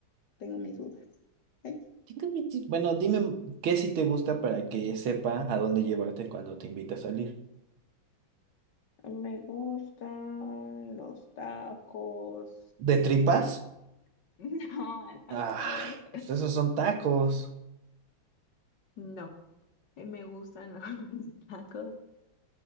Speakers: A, on the left; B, on the right.
A: Tengo mis dudas. Ay,
B: Sí, sí. Bueno, dime qué sí te gusta para que sepa a dónde llevarte cuando te invita a salir.
A: me gustan los tacos.
B: ¿De tripas?
A: <laughs> No, al pastor.
B: Ah, pues esos son tacos.
A: No, eh, me gustan los <laughs> tacos.